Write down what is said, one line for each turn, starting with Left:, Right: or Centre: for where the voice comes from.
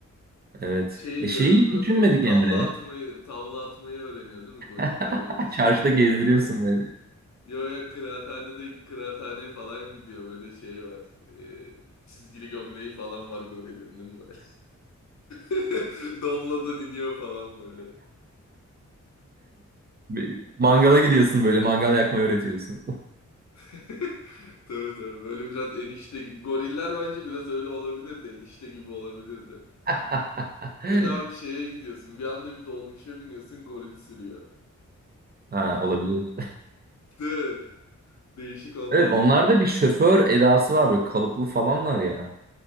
Right: Evet.
Left: Şey
Right: E şeyi
Left: diyor değil mi
Right: hiç
Left: böyle
Right: düşünmedik
Left: go- tavla
Right: Emre.
Left: atmayı tavla atmayı öğreniyor değil mi goriller
Right: <laughs>
Left: böyle şeye
Right: Çarşıda
Left: gidiyorsun
Right: gezdiriyorsun
Left: böyle.
Right: böyle.
Left: Yo ya kıraathanede kıraathaneye falan gidiyor böyle şey var. Ee, çizgili gömleği falan var gorilin değil mi böyle. <laughs> Dobladan iniyor falan böyle.
Right: <laughs> Mangala gidiyorsun böyle mangal yakmayı öğretiyorsun.
Left: <laughs> Tabii tabii. Böyle biraz enişte goriller bence biraz öyle olabilirdi. Enişte gibi olabilirdi.
Right: <laughs>
Left: Ya da bir şeye gidiyorsun. Bir anda bir dolmuşa biniyorsun goril sürüyor.
Right: Ha olabilir.
Left: <laughs> De, değişik olmaz
Right: Evet onlarda
Left: mıydı?
Right: bir şoför edası var böyle kalıplı falanlar ya.